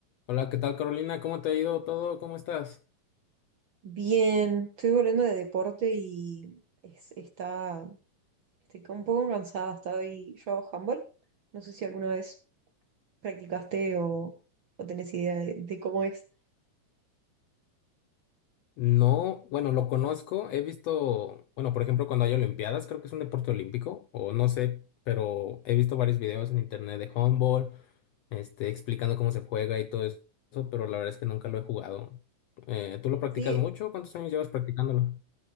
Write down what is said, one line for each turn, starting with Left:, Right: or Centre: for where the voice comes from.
Left: Hola, ¿qué tal Carolina? ¿Cómo te ha ido todo? ¿Cómo estás?
Right: Bien, estoy volviendo de deporte y es- está, estoy un poco cansada. Estoy, yo hago handball. No sé si alguna vez practicaste o, o tenés idea de, de cómo es.
Left: No, bueno, lo conozco, he visto, bueno, por ejemplo, cuando hay olimpiadas, creo que es un deporte olímpico, o no sé, pero he visto varios videos en internet de handball, este, explicando cómo se juega y todo eso, pero la verdad es que nunca lo he jugado. Eh, ¿tú lo practicas
Right: Sí,
Left: mucho? ¿Cuántos años llevas practicándolo?